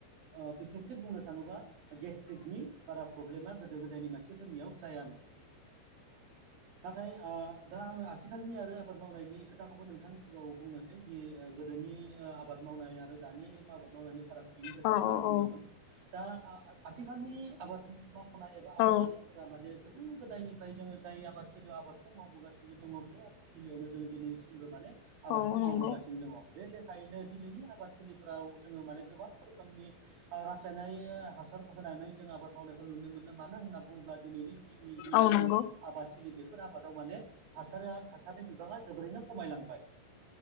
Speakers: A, on the right; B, on the left.
A: ओ बे खोब बुंनो थाङोबा गेस्ट्रिकनि बारा प्रब्लेमा गोदो गोदायनि मानसिफोरनियाव जायामोन। नाथाय ओ दा आङो आथिखालनि आरो आबाद मावनायनि खोथाखौबो नोंथांनि सिगाङाव बुंनोसै जे गोदोनि ओ आबाद मावनाय आरो दानि आबाद मावनायनि फारागथिनि खोथाखौ
B: औ
A: आं
B: औ
A: बुंदोंमोन। दा आ-आथिखालनि आबाद मावनाय एबा आबादारिफोरा
B: औ
A: माने गोदो गोदायनिफ्राय जोङो जाय आबाद थिलि'आव आबाद खौ मावबोगासिनो दङ बे आबाद थिलियावनो जोङो दिनैसिमबो माने आबादखौ
B: औ
A: मावबोगासिनो
B: नंगौ
A: दङ बे लेखायैनो दिनैनि आबाद थिलिफ्राव जोङो माने गोबां रोखोमनि ओ रासायनारि हासार होनानै जों आबाद मावनायखौ नुनो मोनदों। मानो होनना बुङोब्ला दिनैनि दिननि जिखिनि
B: औ नंगौ
A: आबाद थिलि बेफोर आबादाव माने हासारा हासारनि बिबाङा जोबोरैनो खमायलांबाय